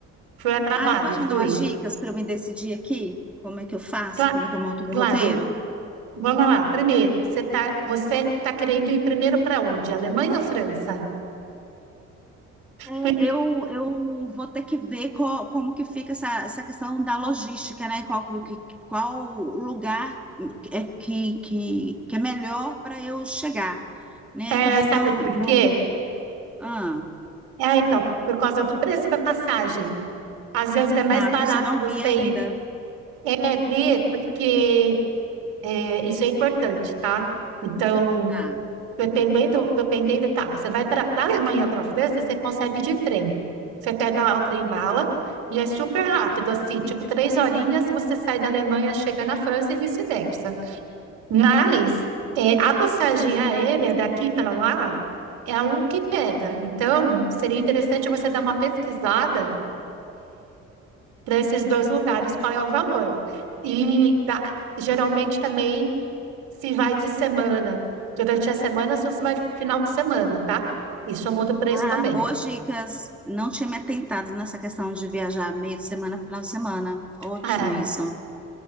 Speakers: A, on the right; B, in the centre.
A: fui a trabalho,
B: Ah, e pode me
A: fui.
B: dar umas dicas para eu me decidir aqui? Como é que eu faço?
A: Cla-
B: Como é que eu monto meu
A: claro,
B: roteiro?
A: vamos lá. Primeiro, você tá, você tá querendo ir primeiro para onde? Alemanha ou França?
B: É,
A: Por-
B: eu, eu vou ter que ver qual- como que fica essa, essa questão da logística, né? Qual, que- qual lugar é que, que, que é melhor para eu chegar, né?
A: é,
B: Ainda
A: sabe
B: não,
A: por
B: não...
A: quê?
B: Ah,
A: É, então, por causa do preço da passagem. Às vezes
B: exato,
A: é mais barato
B: isso eu não
A: você
B: vi ainda.
A: ir, é, ver, porque é, isso é importante, tá? Então,
B: Tá.
A: Dependendo, dependendo, tá. Você vai para da Alemanha para a França, você consegue ir de trem. Você pega lá o trem bala e é super rápido, assim, tipo, três horinhas você sai da Alemanha, chega na França e vice-versa. Mas é, a passagem aérea daqui para lá é o que pega. Então, seria interessante você dar uma pesquisada para esses dois lugares, qual é o valor. E da- geralmente também se vai de semana. Durante a semana, se você vai final de semana, tá? Isso muda o preço
B: Ah,
A: também.
B: boas dicas. Não tinha me atentado nessa questão de viajar meio de semana, final de semana. Ótimo
A: Ah,
B: isso.